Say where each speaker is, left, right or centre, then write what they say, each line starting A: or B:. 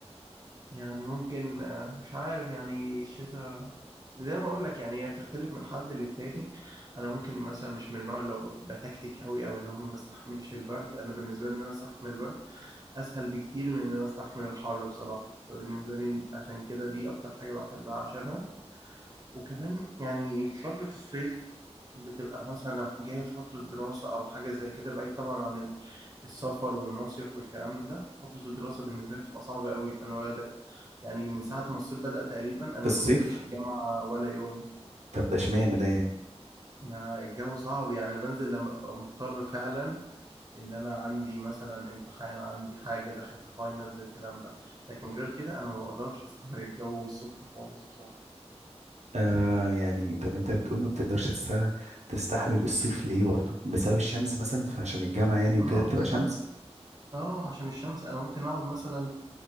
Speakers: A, on the right; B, on the right.
A: يعني ممكن آه، مش عارف يعني الشتاء زي ما اقول لك يعني هي بتختلف من حد للتاني انا ممكن مثلا مش من النوع اللي هو بتكتك قوي او اللي هو ما بستحملش البرد انا بالنسبه لي ان انا استحمل البرد اسهل بكتير من ان انا استحمل الحر بصراحه فبالنسبه لي عشان كده دي اكتر حاجه بحبها عشانها وكمان يعني في فترة الصيف بتبقى مثلا لو جاية في فترة دراسة أو حاجة زي كده بعيد طبعا عن ال- السفر والمصيف والكلام ده فترة الدراسة بالنسبة لي بتبقى صعبة قوي أنا بدأ يعني من ساعة ما الصيف بدأ تقريبا أنا
B: في الصيف
A: ما نزلتش الجامعة ولا يوم
B: طب ده اشمعنى ده يعني
A: ما الجو صعب يعني أنا بنزل لما أبقى مضطر فعلا إن أنا عندي مثلا امتحان عندي حاجة داخل في فاينلز الكلام ده لكن غير كده أنا ما بقدرش أستحمل الجو الصبح خالص بصراحة
B: آه يعني طب انت بتقول ما بتقدرش تست- تستحمل الصيف ليه برضو بسبب الشمس مثلا فعشان الجامعة يعني وكده
A: اه
B: بتبقى
A: بالظبط
B: شمس
A: اه عشان الشمس انا ممكن اقعد مثلا